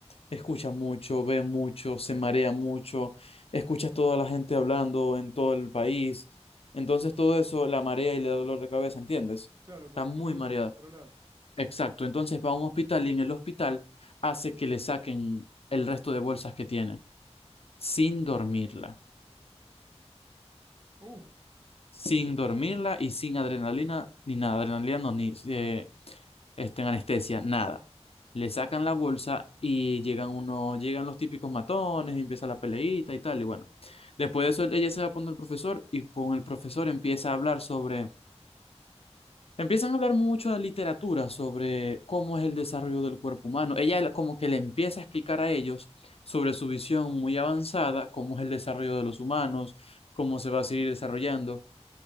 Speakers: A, on the left; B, on the right.
A: Escucha mucho, ve mucho, se marea mucho, escucha a toda la gente hablando en todo el país. Entonces todo eso la marea y le da dolor de cabeza, ¿entiendes?
B: claro,
A: Está
B: como
A: muy
B: que no lo
A: mareada.
B: puede controlar,
A: Exacto, entonces va a un hospital y en el hospital hace que le saquen el resto de bolsas que tiene, sin dormirla.
B: uff,
A: sin dormirla y sin adrenalina, ni nada, adrenalina no, ni eh, este, anestesia, nada. Le sacan la bolsa y llegan uno, llegan los típicos matones, y empieza la peleita y tal, y bueno. Después de eso, ella se va a el profesor y con el profesor empieza a hablar sobre, empiezan a hablar mucho de literatura, sobre cómo es el desarrollo del cuerpo humano. Ella la- como que le empieza a explicar a ellos sobre su visión muy avanzada, cómo es el desarrollo de los humanos, cómo se va a seguir desarrollando